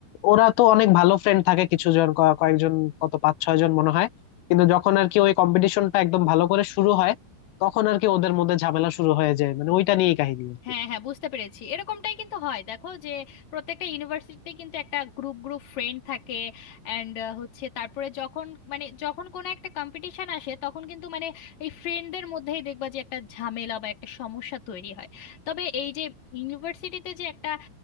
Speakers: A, on the left (about 85°); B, on the left (about 40°).
A: ওরা তো অনেক ভালো ফ্রেন্ড থাকে কিছু জন ক- কয়েকজন কত পাঁচ ছয় জন মনে হয় কিন্তু যখন আর কি ওই কম্পিটিশনটা একদম ভালো করে শুরু হয় তখন আর কি ওদের মধ্যে ঝামেলা শুরু হয়ে যায় মানে ওইটা নিয়েই কাহিনী আর কি
B: হ্যাঁ হ্যাঁ বুঝতে পেরেছি এরকমটাই কিন্তু হয় দেখো যে প্রত্যেকটা ইউনিভার্সিটিতে কিন্তু একটা গ্রুপ গ্রুপ ফ্রেন্ড থাকে অ্যান্ড হচ্ছে তারপরে যখন মানে যখন কোনো একটা কম্পিটিশন আসে তখন কিন্তু মানে এই ফ্রেন্ডদের মধ্যেই দেখবা যে একটা ঝামেলা বা একটা সমস্যা তৈরি হয় তবে এই যে ইউনিভার্সিটিতে যে একটা